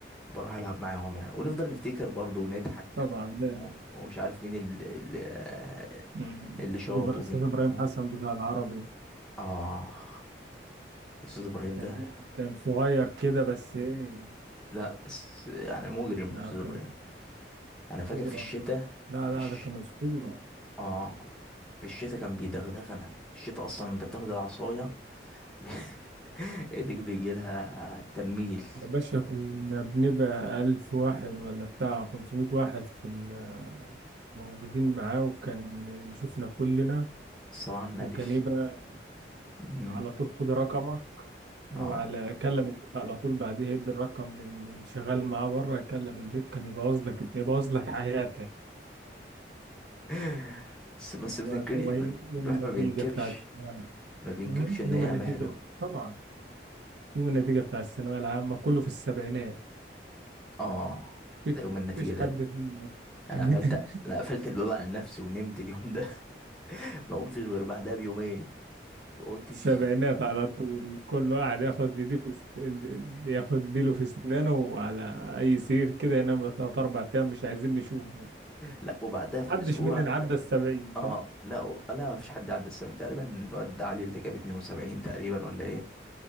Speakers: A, in the centre; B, on the right.
A: بروح العب معاهم يعني ونفضل نفتكر برضو ونضحك
B: طبعا لا
A: و- ومش عارف مين اللي اللي
B: مم.
A: اللي شاط
B: أستاذ إبر-
A: ومين
B: أستاذ إبراهيم
A: ال-
B: حسن بتاع العربي
A: اه استاذ ابراهيم
B: كان
A: ده
B: كان صغير كده بس إيه
A: لا بس يعني مجرم
B: آه
A: استاذ ابراهيم
B: كان كان
A: انا فاكر
B: أسطورة
A: في الشتاء
B: لا
A: في
B: لا
A: الش...
B: ده كان أسطورة
A: اه في الشتاء كان بيدغدغنا الشتاء اصلا انت بتاخد العصايه <laughs> ايدك بيجي لها تميل
B: يا باشا كنا بنبقى ألف واحد ولا بتاع 500 واحد في ال- موجودين معاه وكان يشوفنا كلنا
A: الصلاة على النبي
B: وكان ايه بقى
A: مم.
B: على طول خد رقمه وعلى
A: اه
B: كلم البيت على طول بعديها يدي الرقم لل- للي شغال معاه بره يكلم البيت كان يبوظ لك يبوظ لك حياتك
A: <laughs> بس بس بتنكري
B: و- ويوم
A: الواحد
B: النتيجة
A: ما بينكرش
B: بتاع الثانوية العامة
A: ما بينكرش
B: أمم،
A: ان
B: يوم
A: هي
B: النتيجة
A: قامة حلوة
B: طبعا يوم النتيجة بتاع الثانوية العامة كله في السبعينات
A: اه
B: مفيش
A: ده يوم النتيجة
B: مفيش
A: ده,
B: حد
A: ده.
B: في <laughs>
A: انا قفلت انا قفلت الباب على نفسي ونمت اليوم ده <laughs> ما قمتش غير بعدها بيومين ما قمتش
B: السبعينات
A: <laughs>
B: على طول كل واحد ياخد دي في س- ياخد ديله في اسنانه وعلى اي سرير كده ينام له تلات اربع ايام مش عايزين نشوفه
A: لا وبعدها في
B: محدش
A: اسبوع
B: مننا عدى السبعين صح؟
A: اه لا و- لا ما فيش حد عدى السبعين تقريبا الواد علي اللي جاب 72 تقريبا ولا ايه